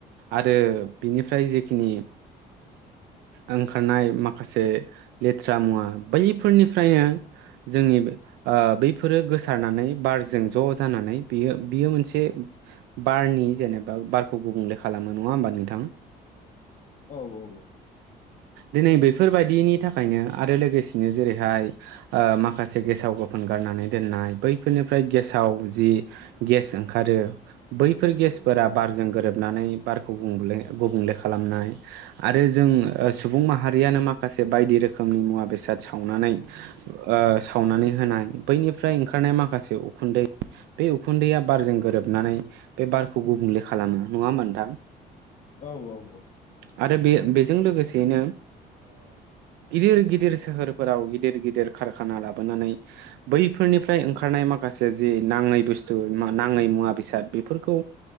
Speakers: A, on the right (about 80°); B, on the left (about 50°).
A: आरो बिनिफ्राय जिखिनि ओंखारनाय माखासे लेथ्रा मुवा बैफोरनिफ्रायनो जोंनि बैफोरो गोसारनानै बारजों ज' जानानै बेयो बियो मोनसे बारनि जेनेबा बारखौ गुबुंले खालामो नङा होमबा नोंथां?
B: औ औ औ
A: दिनै बैफोरबायादिनि थाखायनो आरो लोगोसेनो जेरैहाय माखासे ओ गेसाव गोफोन गारनानै दोननाय बैफोरनिफ्राय गेसाव जि गेस ओंखारो बै फोर गेसफोरा
B: औ
A: बारजों गोरोबनानै बारखौ गुबुंले गुबुंले खालामनाय आरो जों सुबुं माहारियानो माखासे बायदि रोखोमनि मुवा बेसाद सावनानै ओ सावनानै होनाय बैनिफ्राय ओंखारनाय माखासे उखुन्दै बे उखुन्दैया बारजों गोरोबनानै बे बारखौ गुबुंले खालामो नङा होमबा नोंथां?
B: औ औ औ
A: आरो बे बेजों लोगोसेयैनो गिदिर गिदिर सोहोरफोराव गिदिर गिदिर कारखाना लाबोनानै बैफोरनिफ्राय ओंखारनाय माखासे जि नाङै बुस्थु नाङै मुवा बेसाद बेफोरखौ